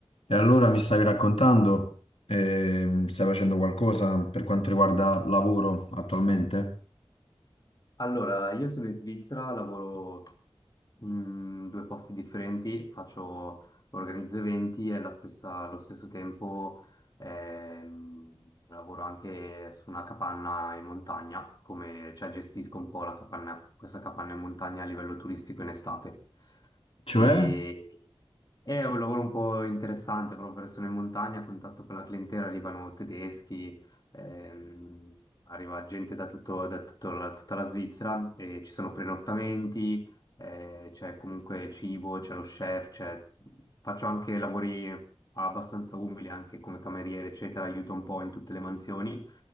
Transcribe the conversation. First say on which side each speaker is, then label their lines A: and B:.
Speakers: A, on the left; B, on the left.
A: E allora mi stavi raccontando, ehm, stai facendo qualcosa per quanto riguarda lavoro attualmente?
B: Allora, io sono in Svizzera, lavoro in due posti differenti, faccio, organizzo eventi e alla stessa- allo stesso tempo ehm, lavoro anche su una capanna in montagna, come, cioè gestisco un po' la capanna, questa capanna in montagna a livello turistico in estate.
A: Cioè,
B: Mm. E è un lavoro un po' interessante proprio perché sono in montagna, a contatto con la clientela, arrivano tedeschi, ehm, arriva gente da, tutto- da tutto la- tutta la Svizzera, e ci sono prenottamenti, eh, c'è comunque cibo, c'è lo chef, c'è- faccio anche lavori abbastanza umili, anche come cameriere, eccetera, aiuto un po' in tutte le mansioni